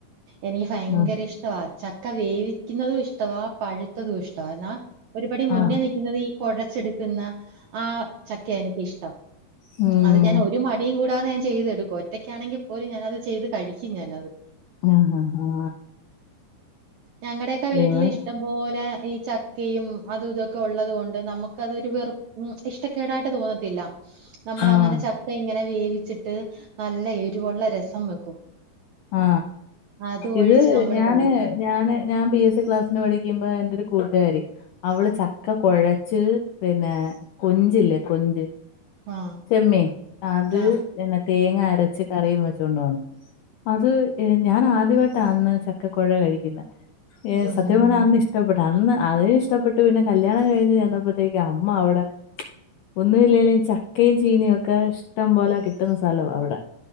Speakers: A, on the right (about 75°); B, on the left (about 80°).
A: എനിക്ക് ഭയങ്കര
B: ആ
A: ഇഷ്ടവാ ചക്ക വേവിക്കുന്നതും ഇഷ്ടവാ പഴുത്തതും ഇഷ്ടവാ എന്നാ. ഒരുപടി മുന്നേ
B: ആ
A: നിൽക്കുന്നത് ഈ കൊഴച്ചെടുക്കുന്ന. ആ ചക്കയാ എനിക്ക് ഇഷ്ടം
B: ഉം
A: അത് ഞാൻ ഒരു. രു മടിയും കൂടാതെ ഞാൻ ചെയ്തെടുക്കും ഒറ്റക്കാണെങ്കിൽ പോലും ഞാനത് ചെയ്ത് തടിക്കും ഞാനത്.
B: ആ ആ ആ
A: ഞങ്ങടെയൊക്കെ വീട്ടിൽ
B: എവിടെ
A: ഇഷ്. ഇഷ്ടം പോലെ ഈ ചക്കയും അതും ഇതൊക്കെ ഉള്ളത് കൊണ്ട് നമുക്ക്. ക്ക അതൊരു വെറുപ്പ് ഇഷ്ടക്കേടായിട്ട് തോന്നത്തില്ല നമ്മളങ്ങനെ
B: ആ
A: ചക്ക ഇങ്ങനെ. വേവിച്ചിട്ട് നല്ല എരിവൊള്ള രസം വെക്കും.
B: ആ
A: അത് ഒഴിച്ച്
B: ഇത്
A: നമ്മള്
B: ഞാന്
A: കഴിക്കും.
B: ഞാന് ഞാൻ പി എസ് സി ക്ലാസ്. <unintelligible> പഠിക്കുമ്പോ എന്റെ ഒരു കൂട്ടുകാരി. അവള് ചക്ക കൊഴച്ച് പിന്നെ കൊഞ്ചില്ലേ കൊഞ്ച്.
A: ആഹ്.
B: ചെമ്മീൻ അത്
A: ആഹ്.
B: എന്ന തേങ്ങ അരച്ച് കറിയും വെച്ചോണ്ട് വന്നു. അത് ഞാൻ ആദ്യവായിട്ടാ അന്ന് ചക്കകൊഴ കഴിക്കുന്നത് ഏ
A: ഉം.
B: സത്യം പറഞ്ഞ അന്ന് ഇഷ്. ഇഷ്ടപ്പെട്ട് അന്ന് അതും ഇഷ്ടപ്പെട്ട് പിന്നെ കല്യാണം കഴിഞ്ഞ് ചെന്നപ്പോത്തേക്ക് അമ്മ അവിടെ. ഒന്നും ഇല്ലേലും ചക്കയും ചീനിയും ഒക്കെ ഇഷ്ടം പോലെ കിട്ടുന്ന സ്ഥലവാ അവിടെ.